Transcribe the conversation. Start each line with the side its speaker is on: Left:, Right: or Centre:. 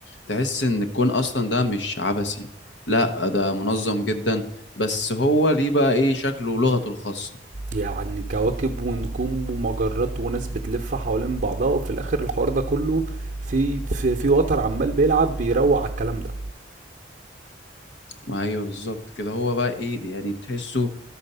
Left: تحس ان الكون اصلا ده مش عبثي لا ده منظم جدا بس هو ليه بقى ايه شكله ولغته الخاصة
Right: يعني كواكب ونجوم ومجرات وناس بتلف حوالين بعضها وفي الاخر الحوار ده كله في في, في وتر عمال بيلعب بيروق على الكلام ده
Left: ما ايوه بالظبط كده هو بقى ايه يعني تحسه